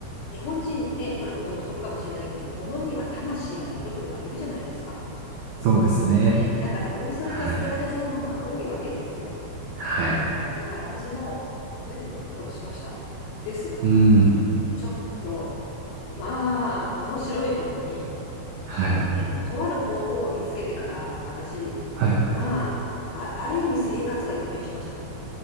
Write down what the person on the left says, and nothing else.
日本人ね、これも独特かもしれないけど、物には魂が宿るとか言うじゃないですか。
ね。だから、おいそれと捨てられないものは多いわけですよ。
だから私も随分苦労しました。ですが、
ちょっと、まあ、面白いことに、
えっとね、とある方法を見つけてから、私、
まあ、あ、ある意味生活が一変しましたね。